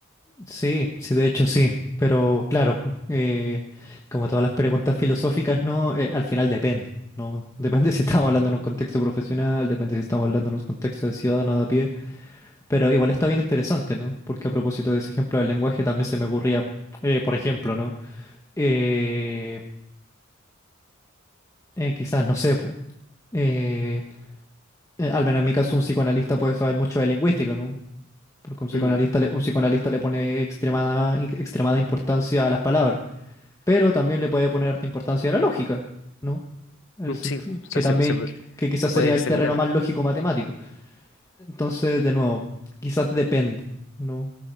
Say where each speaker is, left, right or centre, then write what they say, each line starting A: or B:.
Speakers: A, on the left; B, on the left.
A: Sí, sí, de hecho sí, pero claro, pu, eh, como todas las preguntas filosóficas, ¿no? Eh, al final depende, ¿no? Depende <laughs> si estamos hablando en un contexto profesional, depende si estamos hablando en un contexto de ciudadano de a pie. Pero igual está bien interesante, ¿no? Porque a propósito de ese ejemplo del lenguaje también se me ocurría, eh, por ejemplo, ¿no? Eh, eh, quizás, no sé, po, eh, eh, al menos en mi caso un psicoanalista puede saber mucho de lingüística, ¿no? Porque un psicoanalista
B: Mm,
A: le, un psicoanalista le pone extremada, in- extremada importancia a las palabras, pero también le puede poner harta importancia a la lógica, ¿no? El
B: mm,
A: senti-
B: sí, o
A: que
B: sea, se,
A: también,
B: se-
A: que quizás
B: se puede
A: sería
B: extender.
A: el terreno más lógico matemático. Entonces, de nuevo, quizás depende, ¿no?